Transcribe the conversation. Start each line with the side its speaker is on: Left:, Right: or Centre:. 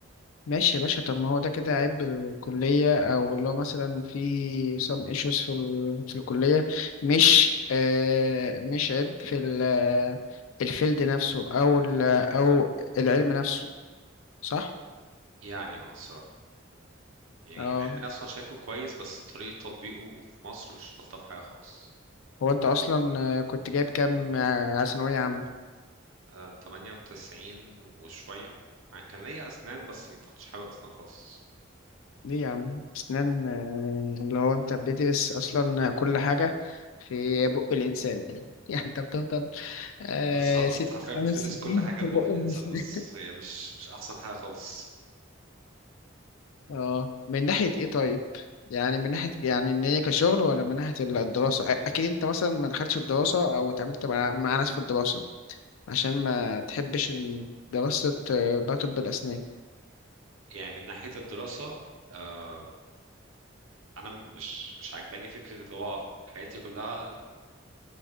Left: ماشي يا باشا طب ما هو ده كده عيب الكلية أو اللي هو مثلا في some issues في ال... في الكلية مش آه مش عيب في ال... الفيلد نفسه أو ال... أو العلم نفسه صح؟
Right: يعني اه الصراحه يعني
Left: اه
Right: العلم نفسه أنا شايفه كويس بس طريقه تطبيقه في مصر مش الطف حاجه خالص
Left: هو أنت أصلا آه، كنت جايب كام آه، على ثانوية عامة؟
Right: آه، 98 وشويه أنا كان ليا اسنان بس ما كنتش حابب اسنان خالص
Left: ليه يا عم؟ أسنان آه، اللي هو أنت بتدرس أصلا كل حاجة في بق الإنسان <laughs> يعني أنت بتفضل آه
Right: بالظبط
Left: ست
Right: أنت حرفيا
Left: خمس
Right: بتدرس
Left: سنين
Right: كل حاجة
Left: في
Right: في
Left: بق
Right: بق الإنسان
Left: الإنسان
Right: بس هي مش مش أحسن حاجة خالص
Left: اه من ناحية ايه طيب يعني من ناحية يعني ان هي كشغل ولا من ناحية ال- الدراسة أ- اكيد انت مثلا ما دخلتش الدراسة او اتعاملت مع, مع ناس في الدراسة عشان ما تحبش إن دراسة آه، بقى طب الاسنان
Right: يعني من ناحية الدراسة آه، أنا مش مش عاجباني فكرة اللي هو حياتي كلها